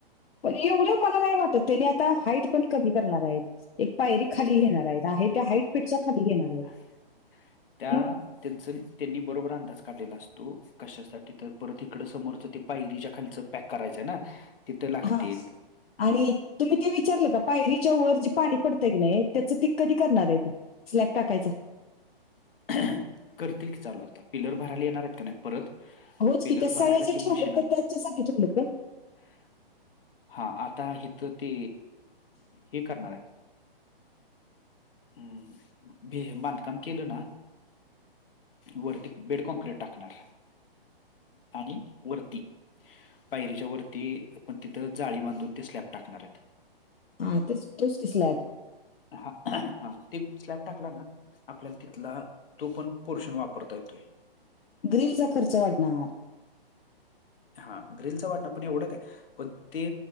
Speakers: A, on the left; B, on the left.
A: पण एवढ मला नाही वाटत त्यांनी आता हाईट पण कमी करणार आहेत. एक पायरी खाली घेणार आहेत आहे त्या हाईट पेक्षा खाली घेणार आहेत.
B: <inaudible> त्या
A: मग
B: त्यांच त्यांनी बरोबर अंदाज काढलेला असतो कशासाठी तर परत इकडं समोरचं ते पायरीच्या खालच पॅक करायचंय ना? तिथं लागतील
A: हा आणि तुम्ही ते विचारलं का पायरीच्या वर जे पाणी पडतयं की, नाही त्याचं ते कधी करणार आहे. स्लॅब टाकायच
B: <unintelligible> करतील की, चालू आता पिलर भरायला येणार आहेत की नाही परत
A: होच
B: पिलर
A: की, त्या सळ्या
B: भरायला
A: ज्या
B: ते
A: ठेवलेत
B: मशीन आणणार
A: त्याच्यासाठी
B: आहे.
A: ठेवलेत काय?
B: <unintelligible> हा आता हिथ ते हे करणार आहेत. हम ते बांधकाम केेलं ना? वरती बेडकॉनक्र्रीट टाकणार आणि वरती पायरीच्या वरती पण तिथं जाळी बांधून ते स्लॅब टाकणार आहेत.
A: हा तेच तोचं कि स्लॅब.
B: हा हा टिब स्लॅब टाकला ना आपल्या तिथला, तो पण पोर्शन वापरता येतोय.
A: ग्रीलचा खर्च वाढणार.
B: हा ग्रिलचं वाटण पण एवढं काय? आहे पण ते